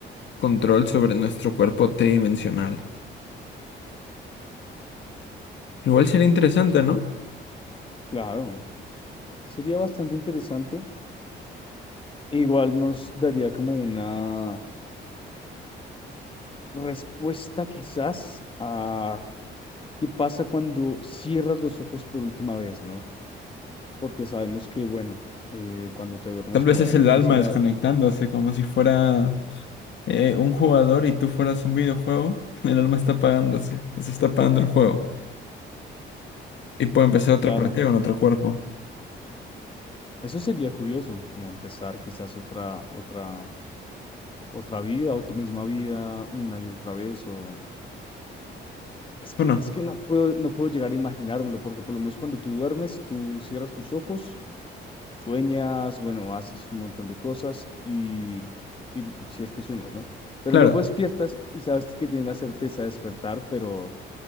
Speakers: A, on the left; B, on the left.
A: control sobre nuestro cuerpo tridimensional? Igual sería interesante,
B: Sí,
A: ¿no?
B: claro. Sería bastante interesante. Igual nos daría como una respuesta quizás a qué pasa cuando cierras los ojos por última vez, ¿no? porque sabemos que, bueno, eh, cuando te duermes,
A: Tal vez
B: bueno,
A: es el
B: empieza
A: alma
B: la,
A: desconectándose, como si fuera eh, un jugador y tú fueras un videojuego. <laughs> El alma está apagándose, se está apagando el juego. Y puede empezar otra
B: claro,
A: partida con otro cuerpo.
B: eso sería curioso, como empezar quizás otra, otra, otra vida o tu misma vida una y otra vez, o es que,
A: Bueno,
B: es que no puedo, no puedo llegar a imaginármelo, porque por lo menos cuando tú duermes, tú cierras tus ojos, sueñas, bueno, haces un montón de cosas y, y si es que sueñas, ¿no? Pero
A: claro.
B: luego despiertas y sabes que tienes la certeza de despertar, pero...